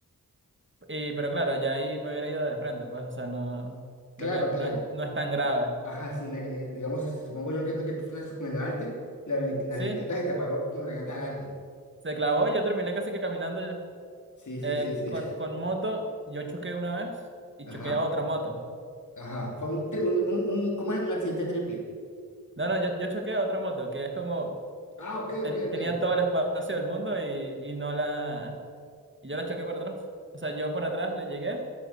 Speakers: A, on the right (about 35°); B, on the left (about 55°).
A: Y, pero claro, ya ahí me hubiera ido de frente, pues, o sea, no, creo
B: Claro,
A: que
B: claro.
A: no es, no es tan grave.
B: Ajá, sí, en- en- digamos, supongo yo que fue que tú frenaste con el delante, la, bici- la
A: Sí,
B: bicicleta se te paró con la llanta delante.
A: se clavó y yo terminé casi que caminando ya.
B: Sí, sí,
A: Eh,
B: sí, sí.
A: con, con moto, yo choqué una vez y
B: <laughs> Ajá,
A: choqué a otra moto.
B: ajá. Fue un, tri- un, un, un- ¿cómo es? Un accidente triple.
A: No, no, yo, yo choqué a otra moto que es como
B: Ah, ok,
A: ten-
B: ok, ok.
A: tenía todo el espacio del mundo y, y no la. Y yo la choqué por atrás. O sea, yo por atrás le llegué